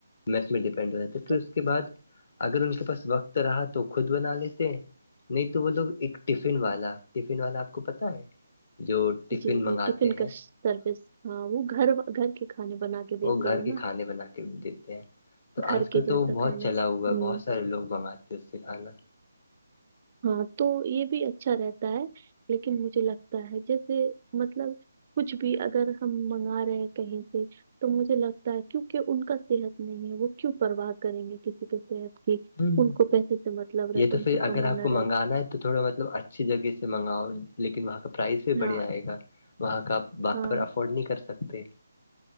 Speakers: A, on the left; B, on the right.
A: میس پ ڈپین پ بات پھر
B: تو
A: اس کے بعد اگر ان کے پاس وقت رہا تو خود بنا لیتے نہیں تو وہ لوگ ایک ٹفن والا ٹفن والا آپ کو پتا ہے جو ٹفن
B: جی
A: منگاتے
B: جی ٹفن
A: ہیں
B: کا سروس ہاں وہ گھر گھر کے کھانے بن کے
A: وہ
B: دیتے
A: گھر
B: ہیں نا
A: کے کھانے بنا کے دیتے ہیں تو
B: گھر
A: آج کل
B: کے
A: تو
B: جیسا
A: وہ بہت
B: کھانا
A: چلا ہوا ہے
B: ہوں
A: بہت سارے لوگ منگاتے ہیں اس سے کھانا
B: ہاں تو یہ بھی اچھا رہتا ہے لیکن مجھے لگتا ہے جیسے مطلب کچھ بھی اگر ہم منگا رہے ہیں کہیں سے تو مجھے لگتا ہے کیونکہ ان کا صحت نہیں ہے وہ کیوں پرواہ کریں گے کسی کے کہ
A: ہ
B: ان کو پیسے سے مطلب
A: یہ
B: رہتا
A: تو
B: ان
A: پھر
B: کو
A: اگر
B: کمانا
A: آپ کو منگانا ہے تو تھوڑا مطلب اچھی جگہ سے منگاؤ لیکن وہاں کا پرائس بھی
B: ہاں
A: بڑھیا آئے گا وہاں کا آپ بارابر
B: ہاں
A: افورڈ نہیں کر سکتے